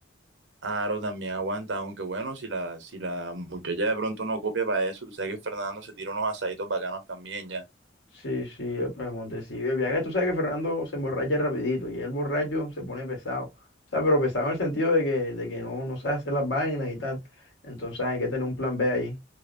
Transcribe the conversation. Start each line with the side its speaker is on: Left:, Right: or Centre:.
Right: claro, también aguanta, aunque bueno, si la, si la muchacha de pronto no copia para eso, tú sabes que Fernando se tira unos asaditos bacanos también, ya.
Left: Sí, sí, le podemos decir. El viaje, tú sabes que Fernando se emborracha rapidito y el borracho se pone pesado. O sea, pero pesado en el sentido de que, de que no, no sabe hacer las vainas y tal. Entonces hay que tener un plan B ahí.